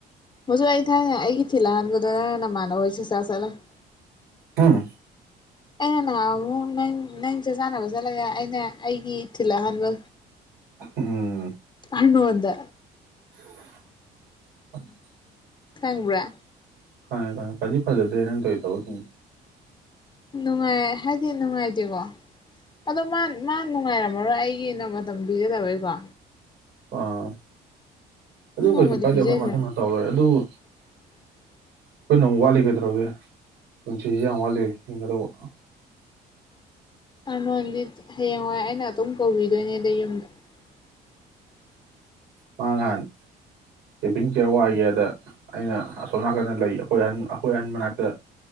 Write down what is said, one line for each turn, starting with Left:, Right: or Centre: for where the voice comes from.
Left: ꯍꯧꯖꯤꯛ ꯑꯩ ꯊꯥꯏꯅ ꯑꯩꯒꯤ ꯊꯤꯜꯂꯛꯍꯟꯒꯗꯣꯏꯅ ꯅꯃꯥꯟꯅꯕ ꯍꯣꯏ ꯆꯁꯥ ꯆꯠꯂ ꯆ ꯁ
Right: ꯍꯥꯝ
Left: ꯑꯩꯅ ꯅꯍꯥꯟ ꯑꯃꯨꯛ ꯅꯪ ꯅꯪꯁꯦ ꯆꯥꯟꯅꯕ ꯆꯠꯂꯒ ꯑꯩꯅ ꯑꯩꯒꯤ ꯏꯊꯤꯜ ꯑꯍꯥꯟꯕ
Right: ꯎꯝ
Left: ꯍꯅꯨꯗ
Right: <unintelligible>
Left: ꯈꯪꯕ꯭ꯔꯥ
Right: ꯈꯪꯉꯦ ꯈꯪꯉꯦ ꯐꯗꯤ ꯐꯖꯗ꯭ꯔꯦ ꯅꯪ ꯀꯧꯔꯤ ꯊꯕꯛꯀꯤꯅꯤ
Left: ꯅꯨꯡꯉꯥꯏ ꯍꯥꯏꯗꯤ ꯅꯨꯡꯉꯥꯏꯇꯦꯀꯣ ꯑꯗꯣ ꯃꯥ ꯃꯥ ꯅꯨꯡꯉꯥꯏꯔꯝꯃꯔꯣꯏ ꯑꯩꯒꯤꯅ ꯃꯇꯝ ꯄꯤꯖꯗꯕꯩꯀꯣ
Right: ꯑꯥ ꯑꯗꯨ
Left: ꯅꯣꯡꯃꯗꯤ
Right: ꯀꯩꯁꯨ ꯀꯥꯏꯗꯦ
Left: ꯄꯤꯖꯁꯦ
Right: ꯑꯩꯈꯣꯏ ꯃꯊꯪ ꯇꯧ ꯂꯣꯏꯔꯦ ꯑꯗꯨꯕꯨ
Left: <unintelligible>
Right: ꯑꯩꯈꯣꯏꯅ ꯑꯃꯨꯛ ꯋꯥꯠꯂꯤ ꯀꯩꯗꯧꯒꯦ ꯄꯨꯟꯁꯤꯁꯤ ꯌꯥꯝ ꯋꯥꯠꯂꯤ ꯌꯦꯤꯡꯒꯗꯧꯕ
Left: ꯑ ꯅꯗꯤ ꯍꯌꯦꯡꯋꯥꯏ ꯑꯩꯅ ꯑꯗꯨꯝ ꯀꯧꯕꯤꯗꯣꯏꯅꯦꯗ ꯌꯨꯝꯗ <unintelligible>
Right: ꯃꯒꯥꯟ ꯀꯦꯝꯄꯤꯡ ꯆꯦꯌꯔ ꯋꯥꯏꯒꯦꯗ ꯑꯩꯅ ꯑꯁꯣꯝ ꯅꯥꯀꯟꯗ ꯂꯩ ꯑꯩꯈꯣꯏ ꯑꯍ ꯑꯩꯈꯣꯏ ꯑꯍꯟ ꯃꯅꯥꯛꯇ